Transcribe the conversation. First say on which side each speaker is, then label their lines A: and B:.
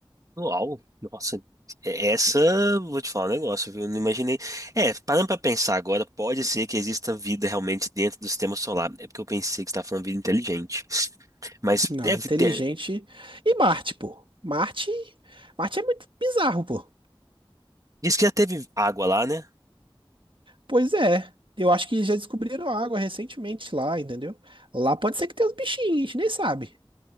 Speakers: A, on the right (about 40°); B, on the right (about 65°).
A: Uau, nossa. É- Essa, vou te falar um negócio, viu? Eu Não imaginei. É, parando pra pensar agora, pode ser que exista vida realmente dentro do sistema solar. É porque eu pensei que você tá falando vida inteligente. Mas
B: Não,
A: deve
B: inteligente.
A: ter.
B: E Marte, pô. Marte, Marte é muito bizarro, pô.
A: Diz que já teve água lá, né?
B: Pois é. Eu acho que já descobriram água recentemente lá, entendeu? Lá pode ser que tenha uns bichinhos, a gente nem sabe.